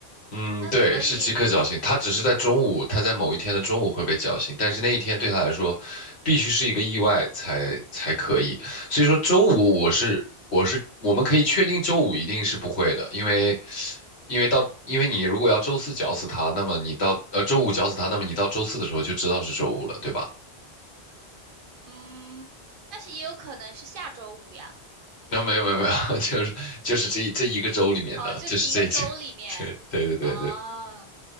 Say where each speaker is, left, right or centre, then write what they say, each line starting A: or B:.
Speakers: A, on the left; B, on the right.
A: 嗯，
B: 那所以，
A: 对，是即刻绞刑。他只是在中午，他在某一天的中午会被绞刑，但是那一天对他来说，必须是一个意外才才可以。所以说周五我是我是我们可以确定周五一定是不会的，因为因为到因为你如果要周四绞死他，那么你到呃周五绞死他，那么你到周四的时候就知道是周五了，对吧？
B: 嗯，但是也有可能是下周五呀。
A: <laughs> 啊、没有没有没有，<laughs> 就是就是这一这一个周里面的，
B: 哦，就这是一个周里面，
A: 就是这这 <laughs> 对对对对对
B: 哦。